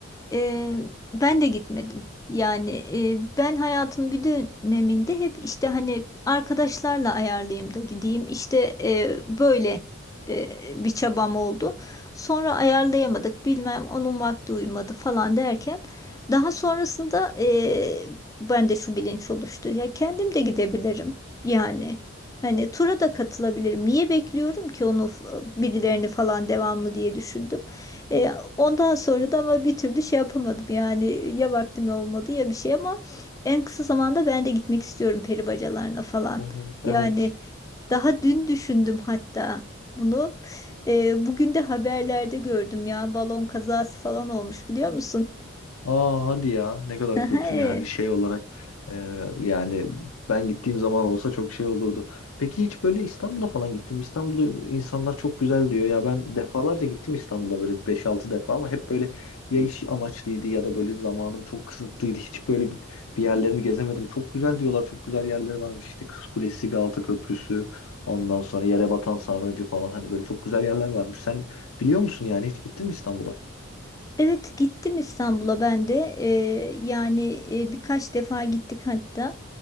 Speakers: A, on the left; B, on the left.
A: Ee, ben de gitmedim. Yani e, ben hayatımın bir döneminde hep işte hani arkadaşlarla ayarlayayım da gideyim. İşte e, böyle e, bir çabam oldu. Sonra ayarlayamadık bilmem onun vakti uymadı falan derken. Daha sonrasında e, ben de şu bilinç oluştu. Ya kendim de gidebilirim yani. Hani tura da katılabilirim. Niye bekliyorum ki onu f- birilerini falan devamlı diye düşündüm. E, ondan sonra da ama bir türlü şey yapamadım yani ya vaktim olmadı ya bir şey ama en kısa zamanda ben de gitmek istiyorum peri bacalarına falan.
B: Hı hı, Evet.
A: Yani daha dün düşündüm hatta bunu. E, bugün de haberlerde gördüm ya balon kazası falan olmuş biliyor musun?
B: Aa hadi ya ne kadar
A: <laughs>
B: kötü yani şey olarak e, yani ben gittiğim zaman olsa çok şey olurdu. Peki hiç böyle İstanbul'a falan gittim. İstanbul'u insanlar çok güzel diyor ya ben defalarca gittim İstanbul'a böyle beş altı defa ama hep böyle ya iş amaçlıydı ya da böyle zamanım çok kısıtlıydı. Hiç böyle bir yerlerini gezemedim. Çok güzel diyorlar çok güzel yerleri varmış işte Kız Kulesi, Galata Köprüsü ondan sonra Yerebatan Sarnıcı falan hani böyle çok güzel yerler varmış. Sen biliyor musun yani hiç gittin mi İstanbul'a?
A: Evet gittim İstanbul'a ben de Ee, yani e, birkaç defa gittik hatta